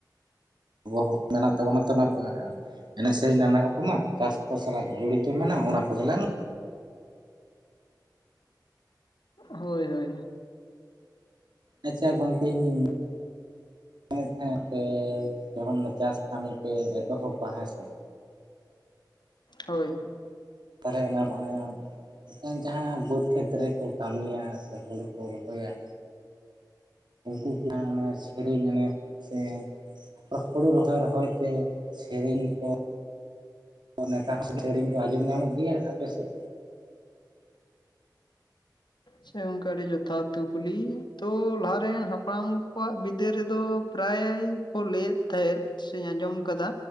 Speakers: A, on the right; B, on the left.
A: ᱟᱵᱚᱣᱟᱜ-ᱦᱚ ᱢᱮᱱᱟᱜ ᱛᱟᱵᱚᱱᱟ ᱛᱚ ᱚᱱᱟᱛᱮ ᱮᱱᱮᱡ ᱥᱮᱨᱮᱧ ᱱᱟᱱᱟ ᱨᱚᱠᱚᱢᱟᱜ ᱪᱟᱥ ᱠᱚ ᱥᱟᱞᱟᱜ ᱡᱚᱲᱤᱛᱚ ᱢᱮᱱᱟᱜᱼᱟ ᱚᱱᱟ ᱠᱚᱜᱮᱞᱟᱝ
B: ᱦᱳᱭ ᱦᱳᱭ
A: ᱟᱪᱪᱷᱟ ᱜᱚᱝᱠᱮ ᱤᱧ ᱢᱮᱱ ᱠᱷᱟᱡ ᱟᱯᱮ ᱡᱮᱠᱷᱚᱱ ᱪᱟᱥ ᱠᱟᱹᱢᱤ ᱯᱮ ᱮᱛᱚᱦᱚᱵᱯᱟ ᱦᱮᱸ ᱥᱮ
B: ᱦᱳᱭ
A: ᱛᱟᱦᱞᱮ ᱚᱱᱟ ᱦᱚᱱᱮ ᱵᱟᱝ ᱡᱟᱦᱟᱸ ᱵᱟᱹᱫᱽ ᱠᱷᱮᱛ ᱨᱮᱠᱚ ᱠᱟᱹᱢᱤᱭᱟ ᱥᱮ ᱦᱩᱲᱩ ᱠᱚ ᱨᱚᱦᱚᱭᱟ ᱩᱱᱠᱩ ᱠᱚ ᱚᱱᱟ ᱥᱮᱨᱮᱧ ᱮᱱᱟ ᱥᱮ ᱚᱜ ᱦᱩᱲᱩ ᱨᱚᱦᱚᱭ ᱨᱚᱦᱚᱭ ᱛᱮ ᱥᱮᱨᱮᱧ ᱠᱚ ᱱᱮᱛᱟᱨ ᱦᱚᱸ ᱥᱮᱨᱮᱧ ᱠᱚ ᱟᱸᱡᱚᱢ ᱧᱟᱢᱚᱜ ᱜᱮᱭᱟ ᱟᱯᱮ ᱥᱮᱫ?
B: ᱪᱮ ᱜᱚᱝᱠᱮ ᱟᱹᱰᱤ ᱡᱚᱛᱷᱟᱛ ᱠᱩᱠᱞᱤ ᱛᱚ ᱞᱟᱦᱟᱨᱮᱱ ᱦᱟᱯᱲᱟᱢ ᱠᱚᱣᱟᱜ ᱵᱤᱫᱟᱹᱞ ᱨᱮᱫᱚ ᱯᱨᱟᱭ ᱠᱚ ᱞᱟᱹᱭᱮᱫ ᱛᱟᱦᱮᱸᱫ ᱥᱮᱧ ᱟᱸᱡᱚᱢ ᱠᱟᱫᱟ